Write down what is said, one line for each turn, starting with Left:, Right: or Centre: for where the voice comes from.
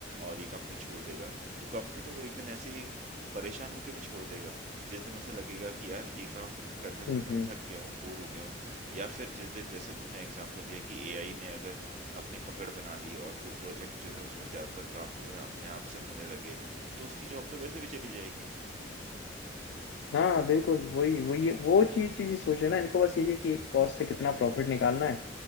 Right: और ये कंपनी छोड़ देगा तो कंपनी तो वो एक दिन ऐसे ही परेशान होके भी छोड़ देगा जिस दिन उसे लगेगा कि यार ये काम कर करके
Left: हम्म हम्म
Right: मैं थक गया हूँ बोर हो गया हूँ या फिर जिस दिन जैसे तुमने एग्जांपल दिया कि एआई ने अगर अपनी पकड़ बना ली और वो प्रोजेक्ट जो है उसमें ज्यादातर काम जो है अपने आप से होने लगे तो उसकी जॉब तो वैसे भी चली जाएगी
Left: हाँ बिल्कुल वही वही वो चीज चीज ही सोचे ना इनको बस यही है कि एक कॉस्ट से कितना प्रॉफिट निकालना है